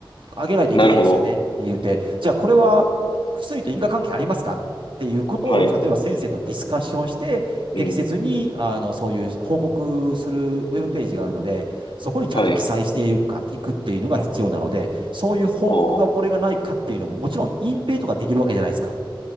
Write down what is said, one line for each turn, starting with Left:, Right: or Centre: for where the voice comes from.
Right: 上げないといけないですよねって言って、
Left: なるほど。
Right: じゃあこれは薬と因果関係ありますかっていうことを、
Left: はい、
Right: 例えば先生とディスカッションして、適切にあのそういう報告するウェブページがあるので、
Left: うん、
Right: そこにちゃんと記載していくか、
Left: はい、
Right: いくっていうのが必要なので、そういう報告が漏れがないかっていうのも、
Left: ああ、
Right: もちろん隠蔽とかできるわけじゃないですか。